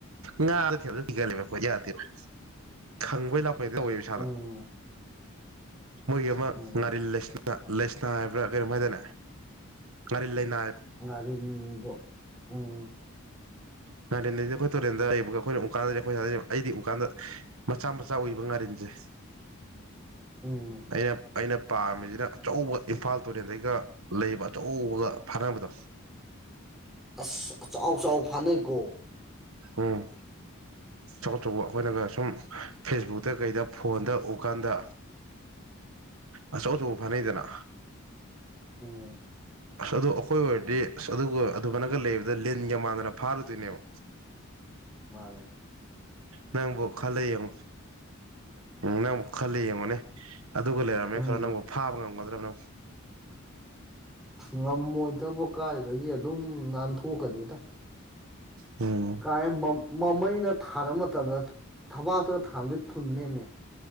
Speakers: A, on the right; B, in the centre.
A: ꯉꯥ ꯊ ꯀꯤꯒꯂꯕꯣ ꯌꯥꯗꯦꯕ ꯈꯪꯕꯩ ꯂꯥꯛꯄꯩꯗꯤ ꯇꯧꯋꯦ ꯏꯁꯩꯥꯗ
B: ꯎꯝ
A: ꯃꯣꯏꯒꯤ ꯑꯃ
B: ꯎꯝ
A: ꯉꯥꯔꯤꯜ ꯂꯩꯥꯏꯁ ꯂꯩꯥꯏꯁꯅꯥ ꯍꯥꯏꯕ꯭ꯔꯥ ꯀꯔꯤꯝ ꯍꯥꯏꯗꯅꯦ ꯉꯥꯔꯤꯜ ꯂꯩꯥꯏꯅꯥ
B: ꯑꯔꯤꯗ ꯎꯝ
A: ꯉꯗꯤ ꯑꯩꯈꯣꯏ ꯇꯨꯔꯦꯟꯗ ꯑꯕ ꯑꯩꯈꯣꯏꯅ ꯎꯀꯥꯟꯗꯗꯤ ꯑꯩꯈꯣꯏ ꯑꯩꯗꯤ ꯎꯀꯥꯟꯗ ꯃꯆꯥ ꯃꯆꯥ ꯎꯏ ꯉꯔꯤꯦ
B: ꯎꯝ
A: ꯑꯩꯅ ꯑꯩꯅ ꯄꯥꯝꯃꯤꯁꯤꯅ ꯑꯆꯧꯕ ꯏꯝꯐꯥꯜ ꯇꯨꯔꯦꯟꯗꯩꯒ ꯂꯩꯕ ꯑꯆꯧꯕꯒ ꯐꯅꯕꯗꯣ <unintelligible> <inaudible>
B: ꯑꯁ ꯆꯥꯎ ꯆꯥꯎ ꯐꯥꯅꯩꯀꯣ
A: ꯑꯝ ꯑꯆꯧ ꯑꯆꯧꯕ ꯑꯩꯈꯣꯏꯅꯒ ꯁꯨꯝ ꯐꯦꯁꯕꯨꯛꯇ ꯀꯩꯗ ꯐꯣꯟꯗ ꯎꯀꯥꯟꯗ ꯑꯆꯧ ꯑꯆꯧꯕ ꯐꯅꯩꯗꯅ
B: ꯎꯝ
A: ꯑꯁ ꯑꯗꯨ ꯑꯩꯈꯣꯏ ꯑꯣꯏꯔꯗꯤ ꯑꯁ ꯑꯗꯨꯒ ꯑꯗꯨꯃꯥꯏꯅꯒ ꯂꯩꯕꯗ ꯂꯤꯟꯒ ꯃꯥꯟꯗꯅ ꯐꯥꯔꯨꯗꯣꯏꯅꯦꯕ
B: ꯃꯥꯅꯦꯦ
A: ꯅꯪꯕꯨꯣ ꯈꯂ ꯌꯦꯡ ꯎꯝ ꯅꯪꯕꯨ ꯈꯂ ꯌꯦꯡꯅꯦ ꯑꯗꯨꯒ ꯂꯩꯔꯝꯃꯦ
B: ꯎꯝ
A: ꯈꯔ ꯅꯪꯕꯨ ꯐꯥꯕ ꯉꯝꯒꯗ꯭ꯔꯕ ꯅꯪ
B: ꯉꯝꯃꯣꯏꯗꯕ ꯀꯥꯏꯗꯒꯤ ꯑꯗꯨꯝ ꯅꯥꯟꯊꯣꯛꯀꯅꯤꯗ
A: ꯎꯝ
B: ꯀꯥꯏ ꯃꯃꯩꯅ ꯊꯥꯔ ꯃꯇꯝꯗ ꯊꯕꯥꯛꯇꯒ ꯊꯥꯔꯝꯗꯤ ꯐꯟꯦꯃꯦ